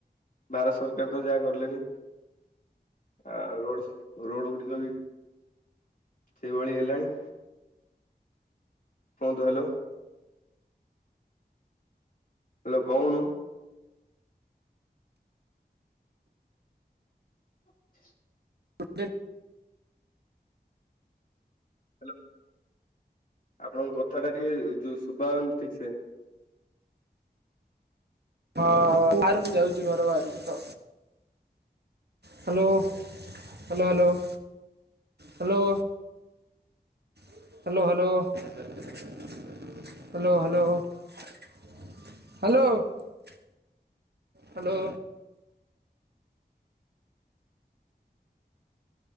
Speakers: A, on the left (about 50°); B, on the right (about 70°).
A: ଭାରତ ସରକାର ତ ଯାହା କଲେଣି, ଆ ରୋଡ ରୋଡ ଗୁଡିକ ବି ସେଇଭଳି ହେଲାଣି। କୁହନ୍ତୁ ହାଲୋ। ହାଲୋ କହୁନୁ? <inaudible>
B: <unintelligible>
A: ହେଲୋ, ଆପଣଙ୍କ କଥା ଟା ଟିକେ ଯୋଉ ଶୁଭା ଯାଉନି ଠିକ୍ ସେ।
B: ହଁ, ବାହାରକୁ ଯାଉଛି ଘର ବାହାରକୁ ତ? Hello, hello, hello, hello. Hello hello hello hello hello. Hello.